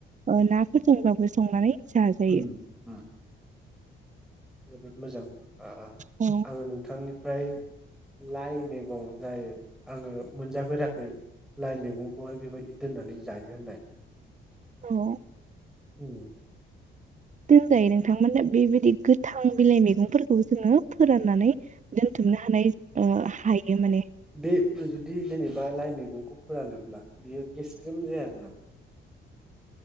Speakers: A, on the right; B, in the centre.
A: ओ नाफोरजोंबाबो संनानै। जाजायो
B: उम ओ। जोबोद मोजां। आ आ
A: औ
B: आङो नोंथांनि। फ्राय लाइ मैगं जायो आङो मोनजाफेराखै लाइ मैगंखौहाय बेबायदि दोननानै जायो होननाय,
A: औ
B: ओम
A: दोनजायो नोंथांमोनो बेबायदि गोथां बिलाइ मैगंफोरखौबो जोङो फोराननानै दोन बुथुमनो हानाय ओ हायो माने,
B: बे जुदि जेनेबा लाइ मैगंखौ फोरानोब्ला बियो गेस्रेम जाया नामा?